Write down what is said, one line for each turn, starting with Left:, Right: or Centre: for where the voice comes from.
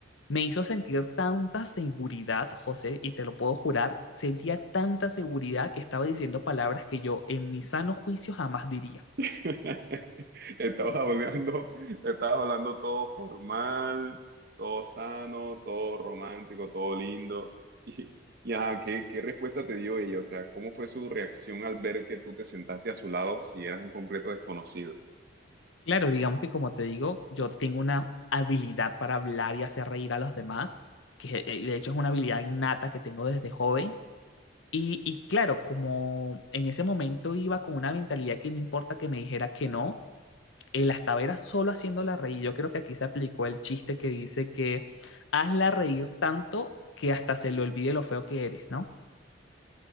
Left: me hizo sentir tanta seguridad, José, y te lo puedo jurar, sentía tanta seguridad que estaba diciendo palabras que yo en mi sano juicio jamás diría.
Right: <laughs> Estabas hablando, estabas hablando todo formal, todo sano, todo romántico, todo lindo. Y, y ajá, ¿qué, qué respuesta te dio ella? O sea, ¿cómo fue su reacción al ver que tú te sentaste a su lado si eras un completo desconocido?
Left: Claro, digamos que como te digo, yo tengo una habilidad para hablar y hacer reír a los demás, que eh, de hecho es una habilidad innata que tengo desde joven. Y, y claro, como en ese momento iba con una mentalidad que no importa que me dijera que no, eh, la estaba era solo haciéndola reír. Yo creo que aquí se aplicó el chiste que dice que hazla reír tanto que hasta se le olvide lo feo que eres, ¿no?